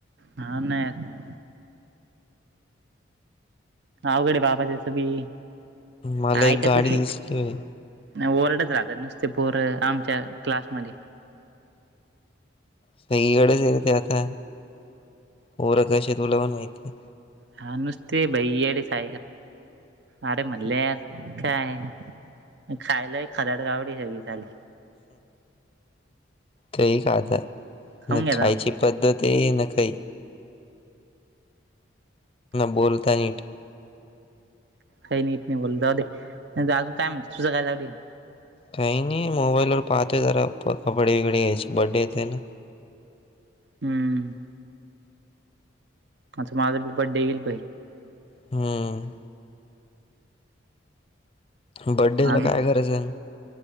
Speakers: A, on the right; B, on the left.
A: हा नाही अवकडे बाबाच्याचं बी
B: मला
A: ऐकतच
B: एक गाडी दिसली
A: नाही ओरडच राहतात नुसते पोरं आमच्या क्लासमध्ये
B: सगईकडेच य ते आता होरं कशी तुला पण माहिती
A: हा नुसते बै अडी सा अरे म्हणले काय खायला खदाड ग आवडी सगळी ली
B: काही काात
A: खाऊन
B: न
A: घ्याता
B: खायची पद्धती न काही बोलता नीट
A: काही नाहीत नाही बोल जाऊ दे अजून काय म्हणत तुझं काय जावडी
B: काही नाही मोबाईलवरर पाहतोय जरा कपडे विकडे यायची बड्डे येते ना
A: हम्म मां माझा बड्डे गेल
B: हम्म बड्डेला
A: अजून
B: काय करायचं आहे